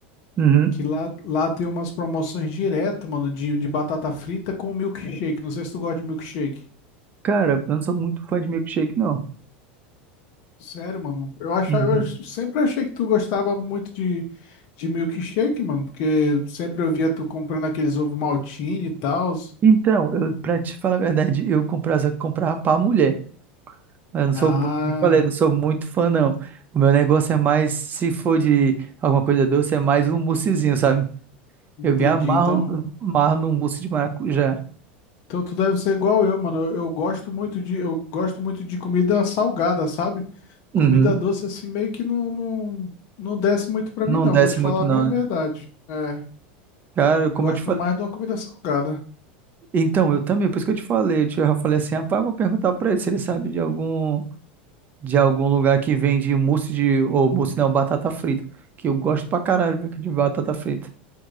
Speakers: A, on the right; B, on the left.
A: Uhum.
B: Que lá, lá tem umas promoções direto, mano, de, de batata frita com milkshake. Não sei se tu gosta de milkshake.
A: Cara, eu não sou muito fã de milkshake, não.
B: Sério, mano. Eu achava,
A: Uhum.
B: eu sempre achei que tu gostava muito de, de milkshake, mano, porque sempre eu via tu comprando aqueles ovo maltine e tal.
A: Então, eu, pra te falar a verdade, eu comprava, comprava pra mulher. Eu não
B: Ah,
A: sou, mu- como eu falei, não sou muito fã, não. O meu negócio é mais, se for de alguma coisa doce, é mais um moussezinho, sabe?
B: entendi.
A: Eu me amarro,
B: Então,
A: amarro num mousse de maracujá.
B: então tu deve ser igual eu, mano. Eu, eu gosto muito de, eu gosto muito de comida salgada, sabe?
A: Uhum.
B: Comida doce assim meio que não, não, não desce muito pra
A: Não
B: mim, não.
A: desce
B: Vou te
A: muito,
B: falar
A: não.
B: bem a verdade.
A: né?
B: É,
A: Cara, como
B: gosto
A: eu te falei.
B: mais de uma comida salgada.
A: Então, eu também, por isso que eu te falei. Eu te- eu falei assim, rapaz, eu vou perguntar pra ele se ele sabe de algum. de algum lugar que vende mousse de. Ou mousse não, batata frita. Que eu gosto pra caralho, velho, de batata frita.